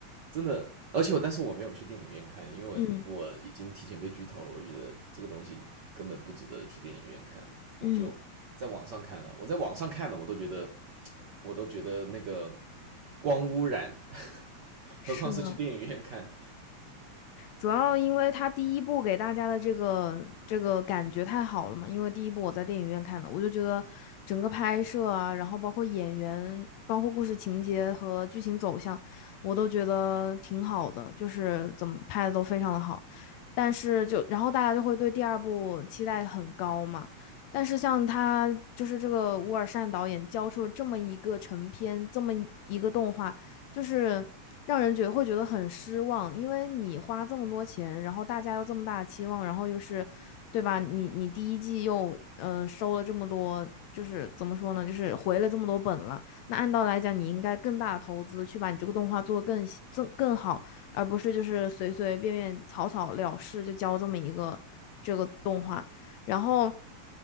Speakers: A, on the right; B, on the left.
A: 真的，而且我但是我没有去电影院看，因为我已经提前被剧透了，
B: 嗯
A: 我觉得这个东西根本不值得去电影院看，我就在网上看了，
B: 嗯，
A: 我在网上看的，我都觉得，我都觉得那个光污染，<laughs>
B: 是的，
A: 何况是去电影院看，
B: 主要因为他第一部给大家的这个这个感觉太好了嘛，因为第一部我在电影院看的，我就觉得整个拍摄啊，然后包括演员，包括故事情节和剧情走向，我都觉得挺好的，就是怎么拍的都非常的好。但是就然后大家就会对第二部期待很高嘛。但是像他就是这个乌尔善导演交出了这么一个成片，这么一个动画，就是让人觉得会觉得很失望，因为你花这么多钱，然后大家又这么大的期望，然后又是，对吧？你你第一季又嗯、呃收了这么多，就是怎么说呢？就是回了这么多本了。那按道理来讲，你应该更大的投资去把你这个动画做得更细更更好，而不是就是随随便便草草了事就交这么一个这个动画。然后